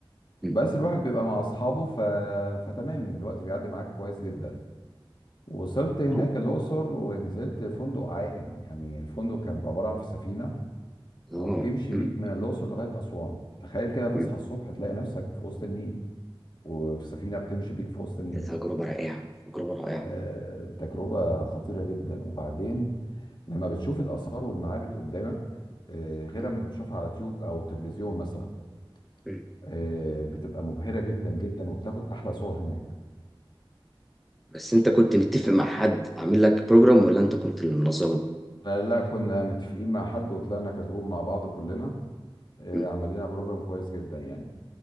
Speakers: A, in the centre; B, on the left (about 55°).
A: م-
B: بس الواحد بيبقى مع اصحابه ف... فتمام الوقت بيعدي معاك كويس جدا وصلت هناك
A: هو-
B: الاقصر ونزلت فندق عائم يعني الفندق كان بيبقى عباره عن في سفينه
A: م-
B: وبتمشي
A: اه م-
B: بيك من الأقصر لغاية أسوان تخيل كده تصحى
A: م-
B: الصبح تلاقي نفسك في وسط النيل وفي سفينة بتمشي بيك في وسط النيل
A: تجربه رائعه تجربه رائعه
B: آه، تجربة خطيرة جدا وبعدين لما بتشوف الآثار والمعابد قدامك آه، غير
A: م-
B: لما بتشوفها على تيوب أو تلفزيون مثلا
A: م-
B: آه، بتبقى مبهرة جدا جدا وبتاخد أحلى صور هناك
A: بس انت كنت متفق مع حد عامل لك بروجرام ولا انت كنت اللي منظمه
B: فلا كنا متفقين مع حد وطلعنا كجروب مع بعض كلنا آه،
A: مم.
B: عمل لنا بروجرام كويس جدا يعني